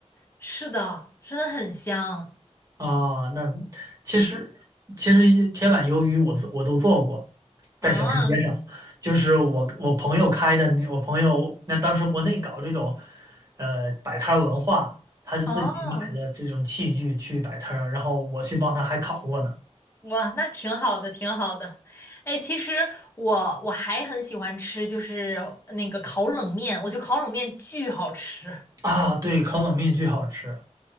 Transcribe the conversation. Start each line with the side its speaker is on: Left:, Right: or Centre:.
Left: 是的，真的很香
Right: 啊，那其实其实一铁板鱿鱼我做我都做过，在小吃街上，
Left: 啊！
Right: 就是我我朋友开的那我朋友那当时国内搞这种呃摆摊儿文化，他就自己买了这种器具去摆摊儿然后我去帮他还烤过呢。
Left: 哦，哇，那挺好的，挺好的。哎，其实我我还很喜欢吃，就是那个烤冷面，我觉得烤冷面巨好吃。
Right: 啊，对，烤冷面巨好吃，